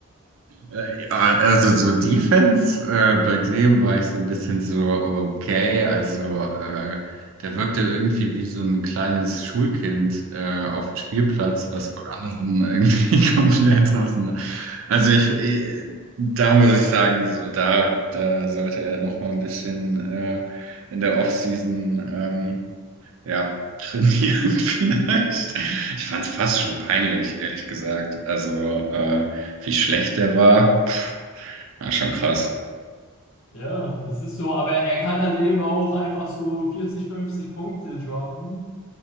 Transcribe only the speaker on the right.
Äh, Ja, also so Defense, äh, bei dem war ich so ein bisschen so, okay, also äh, der wirkte irgendwie wie so ein kleines Schulkind äh, auf dem Spielplatz, was von anderen irgendwie <laughs> komplett auseinander. Also ich, eh, da muss ich sagen, so da, da sollte er noch mal ein bisschen äh, in der Offseason. Ähm, ja, trainieren <laughs> vielleicht. Ich fand es fast schon peinlich, ehrlich gesagt. Also, äh, wie schlecht der war, pff, war schon krass.